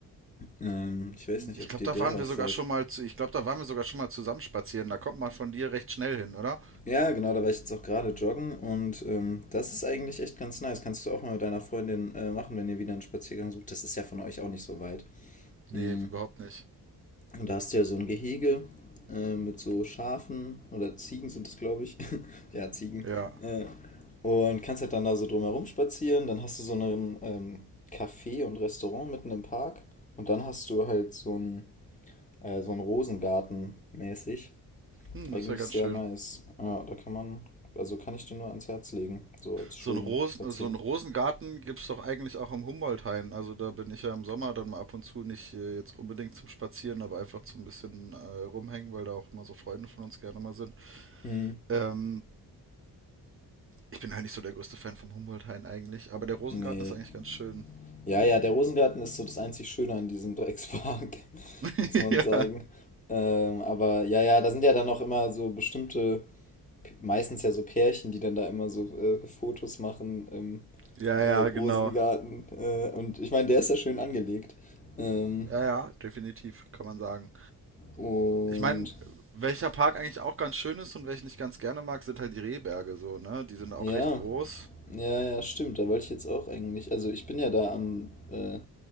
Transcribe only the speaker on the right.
ich
glaube,
da
waren
wir sogar
schon mal zu, ich glaube, da waren wir sogar schon mal zusammen spazieren. Da kommt man von dir recht schnell hin, oder?
Nee,
überhaupt nicht.
Ja.
Hm,
das ist ja ganz
schön.
So einen Rosen,
so einen Rosengarten gibt es doch eigentlich auch im Humboldt-Hain. Also da bin ich ja im Sommer dann mal ab und zu nicht äh, jetzt unbedingt zum Spazieren, aber einfach zum bisschen äh, rumhängen, weil da auch immer so Freunde von uns gerne mal sind.
Ähm, ich bin halt nicht so der größte Fan vom Humboldt-Hain eigentlich, aber der Rosengarten
ist eigentlich ganz schön.
<laughs>
Ja,
ja,
ja,
genau.
Ja, ja, definitiv, kann man sagen.
Ich meine, welcher Park eigentlich auch ganz schön ist und welchen ich ganz gerne mag, sind halt die Rehberge so, ne? Die sind auch
recht groß.